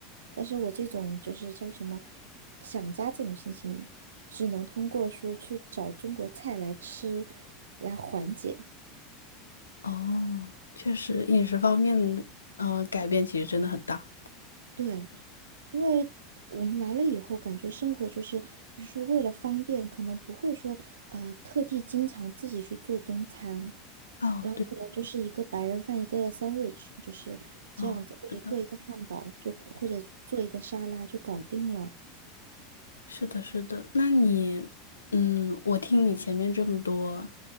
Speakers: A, on the right (about 70°); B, on the left (about 75°).
A: 但是我这种就是叫什么想家这种心情，只能通过说去找中国菜来吃来缓解。
B: 哦，确实饮食方面，嗯，改变其实真的很大。
A: 对。因为我们来了以后，感觉生活就是，比如说为了方便，可能不会说呃特地经常自己去做中餐，
B: 哦，
A: 然后可能就是一个白人饭，
B: 对，
A: 一个 sandwich，就是这样子，
B: 哦，
A: 或者做一个汉堡，
B: 是的。
A: 就或者做一个沙拉就搞定了。
B: 是的，是的。那你，嗯，我听你前面这么多